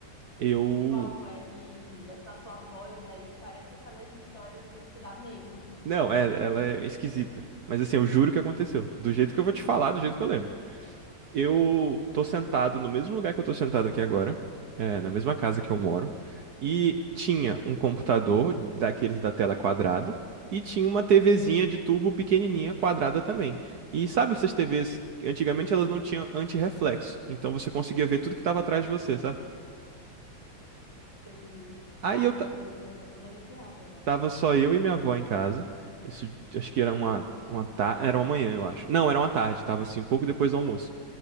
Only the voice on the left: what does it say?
Qual é? E essa tua voz aí parece aquelas histórias assim que dá medo.
Sim.
Aham,
entendi.
Ai,
meu
Deus, eu tô toda arrepiada já.